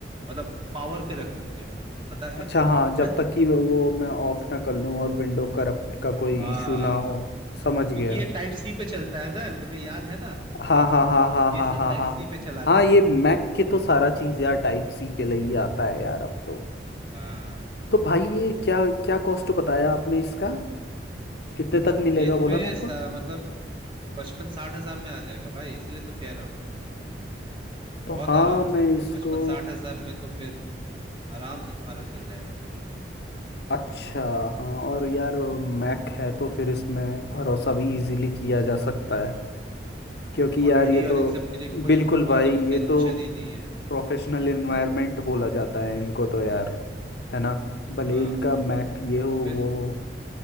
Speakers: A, on the right; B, on the left.
A: मतलब पावर पे रख सकते हो तुम्हें पता है
B: अच्छा हाँ जब
A: <laughs>
B: तक कि वो मैं ऑफ ना कर लूँ और विंडो करप्ट का कोई
A: हाँ
B: इशू ना हो समझ गया
A: क्योंकि ये टाइप सी पे चलता है ना तुम्हें याद है ना
B: हाँ हाँ
A: मतलब
B: हाँ हाँ
A: ये
B: हाँ
A: सब
B: हाँ
A: टाइप
B: हाँ
A: सी पे चलाते
B: हाँ ये
A: हैं
B: मैक के तो सारा चीज़ यार टाइप सी के लिए ही आता है यार अब तो
A: हाँ
B: तो भाई ये क्या क्या कॉस्ट बताया आपने इसका कितने तक मिलेगा
A: ये तुम्हें
B: बोला मेरे
A: स-
B: को
A: मतलब पचपन साठ हजार में आ जाएगा भाई इसीलिए तो कह रहा हूँ
B: तो
A: बहुत
B: हाँ
A: आराम
B: मैं
A: से
B: इसको
A: पचपन साठ हजार में तो फिर आराम से तुम्हारा चल जाएगा भाई
B: अच्छा हाँ और यार मैक है तो फिर इसमें भरोसा भी इजीली किया जा सकता है क्योंकि
A: क्वालिटी
B: यार ये
A: और
B: तो
A: इन सब के लिए कोई
B: बिल्कुल
A: मतलब
B: भाई
A: टेंशन
B: ये तो
A: ही नहीं है
B: प्रोफेशनल एनवायरनमेंट बोला जाता है इनको तो यार है ना भले
A: हाँ
B: इनका मैक ये हो
A: तो
B: वो
A: फिर
B: हो